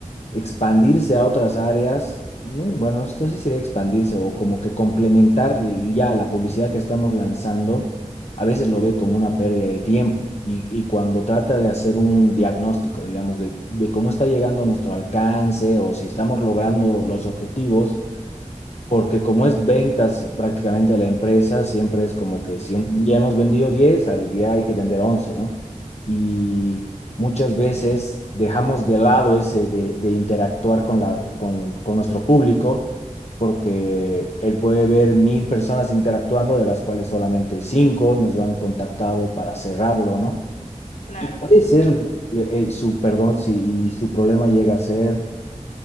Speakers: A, on the left; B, on the left.
A: expandirse a otras áreas. ¿no? Y Bueno, esto sí sería expandirse o como que complementar li- ya la publicidad que estamos lanzando, a veces lo ve como una pérdida de tiempo. Y, y cuando trata de hacer un diagnóstico, digamos, de, de cómo está llegando nuestro alcance o si estamos logrando los objetivos, porque como es ventas prácticamente de la empresa, siempre es como que si
B: Sí.
A: un día hemos vendido 10 al día hay que vender once ¿no? Y muchas veces dejamos de lado ese de, de interactuar con, la, con, con nuestro público, porque él puede ver mil personas interactuando, de las cuales solamente cinco nos han contactado para cerrarlo, ¿no?
B: Claro,
A: Y a veces
B: pero
A: eh, su, perdón, si, y su problema llega a ser